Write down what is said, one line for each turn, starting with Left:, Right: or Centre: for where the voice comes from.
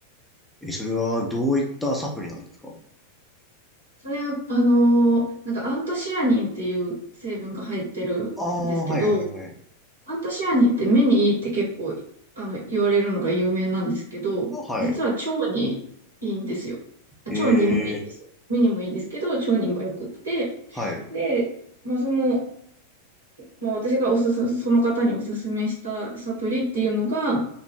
Centre: え、それはどういったサプリなんですか
Right: それ、あの、なんかアントシアニンっていう成分が入ってるんですけど、
Centre: ああー、はい、はい、はい。
Right: アントシアニンって目にいいって結構、あの、言われるのが有名なんですけど、
Centre: あはい。
Right: 実は腸にいいんですよ。あ腸にもいいんですよ。
Centre: えー、
Right: 目にもいいんですけど、腸にもよくって、
Centre: はい。
Right: で、まあ、その、まあ、私がおすす、その方におすすめしたサプリっていうのが、